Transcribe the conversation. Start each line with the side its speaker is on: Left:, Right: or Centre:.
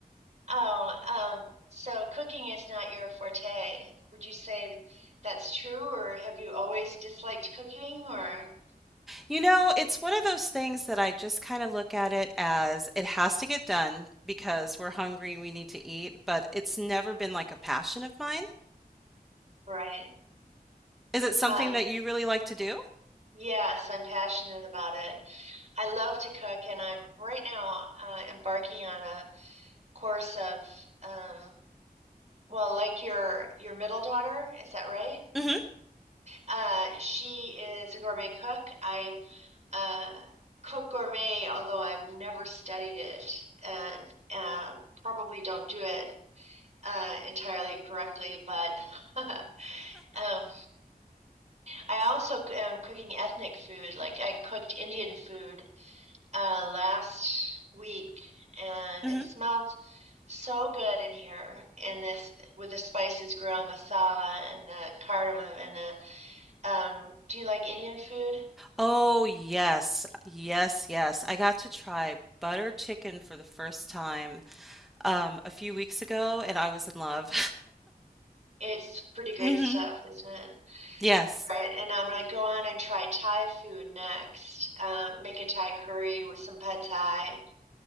Right: Oh, um, so cooking is not your forte. Would you say that's true, or have you always disliked cooking, or
Centre: You know, it's one of those things that I just kind of look at it as it has to get done because we're hungry, we need to eat, but it's never been like a passion of mine.
Right: right?
Centre: Is it something
Right: Uh,
Centre: that you really like to do?
Right: yes, I'm passionate about it. I love to cook, and I'm right now uh, embarking on a course of, um, well, like your your middle daughter, is that right?
Centre: hmm
Right: Uh, she is a gourmet cook. I uh, cook gourmet, although I've never studied it and uh, probably don't do it uh, entirely correctly. But <laughs> um, I also am cooking ethnic food. Like I cooked Indian food uh, last week, and
Centre: hmm
Right: it smelled so good in here in this with the spices, garam masala, and the cardamom, and the um, do you like Indian food?
Centre: Oh, yes. Yes, yes. I got to try butter chicken for the first time um a few weeks ago and I was in love.
Right: It's pretty great
Centre: <laughs> hmm
Right: stuff, isn't it?
Centre: Yes.
Right: All right, and I'm gonna go on and try Thai food next. Um, make a Thai curry with some pad Thai